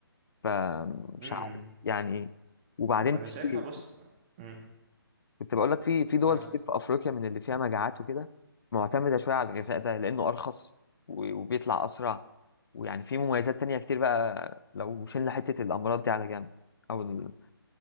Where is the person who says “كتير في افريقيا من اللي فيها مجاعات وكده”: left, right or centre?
Left